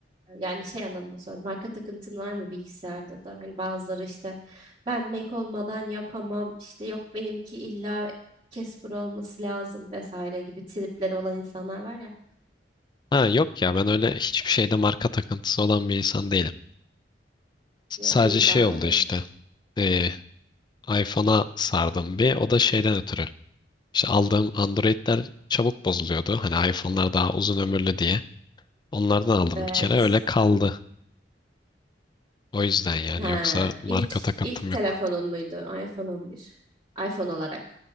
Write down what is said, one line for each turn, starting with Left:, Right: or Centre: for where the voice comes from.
Right: Yani şey anlamında soruyorum. Marka takıntın var mı bilgisayarda da? Hani bazıları işte ben Mac olmadan yapamam. İşte yok benimki illa Casper olması lazım vesaire gibi tripleri olan insanlar var ya.
Left: Ha yok ya ben öyle hiçbir şeyde marka takıntısı olan bir insan değilim. S-
Right: Ya,
Left: Sadece
Right: iyi
Left: şey
Right: bari.
Left: oldu işte. E, iPhone'a sardım bir o da şeyden ötürü. İşte aldığım Android'ler çabuk bozuluyordu. Hani iPhone'lar daha uzun ömürlü diye. Onlardan aldım
Right: Evet.
Left: bir kere öyle kaldı. O yüzden yani
Right: Ha,
Left: yoksa marka
Right: ilk
Left: takıntım
Right: ilk telefonun
Left: yok.
Right: muydu? iPhone 11. iPhone olarak.